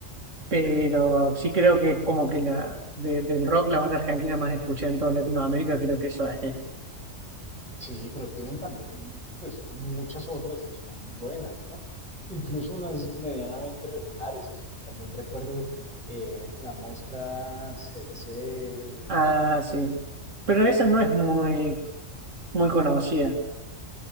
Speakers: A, on the right; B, in the centre.
A: pero sí creo que es como que la de- del rock, la banda argentina más escuchada en toda Latinoamérica, creo que es Soda Stereo.
B: Sí, pero tienen también pues muchas otras que son buenas, ¿no? Incluso unas medianamente regulares. También recuerdo eh, La Mosca, Setse, eh,
A: Ah, sí. Pero esa no es muy, muy conocida.